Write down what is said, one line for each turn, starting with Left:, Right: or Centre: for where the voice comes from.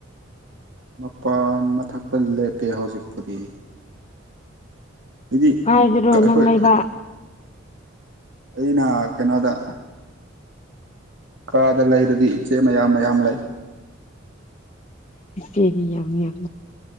Right: ꯃꯄꯥꯟ ꯃꯊꯛꯇ ꯂꯦꯞꯄꯦ ꯍꯧꯖꯤꯛꯄꯨꯗꯤ ꯍꯥꯏꯗꯤ
Left: ꯍꯥꯏꯗꯔꯣ
Right: ꯑꯩꯈꯣꯏ
Left: ꯅꯪ ꯂꯩꯕ
Right: ꯑꯩꯅ ꯀꯩꯅꯣꯗ ꯀꯥꯗ ꯂꯩꯔꯗꯤ ꯏꯆꯦ ꯃꯌꯥꯝ ꯃꯌꯥꯝ ꯂꯩ
Left: ꯀꯦꯕꯤ ꯌꯥꯝꯂꯦ